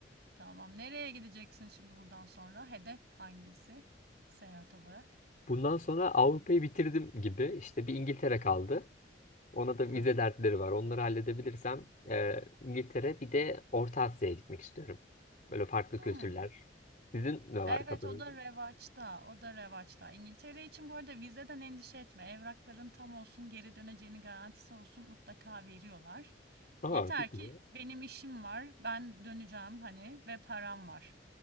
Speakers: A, on the right; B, on the left.
A: Tamam nereye gideceksin şimdi buradan sonra hedef hangisi seyahat olarak?
B: Bundan sonra Avrupa'yı bitirdim gibi. İşte bir İngiltere kaldı. Ona da
A: Tamam.
B: vize dertleri var. Onları halledebilirsem e, İngiltere bir de Orta Asya'ya gitmek istiyorum. Böyle farklı
A: Hmm.
B: kültürler. Sizin ne var
A: Evet
B: kafanızda?
A: o da revaçta. O da revaçta. İngiltere için bu arada vizeden endişe etme. Evrakların tam olsun, geri döneceğini garantisi olsun mutlaka veriyorlar.
B: Aa
A: Yeter
B: çok güzel.
A: ki benim işim var, ben döneceğim hani ve param var.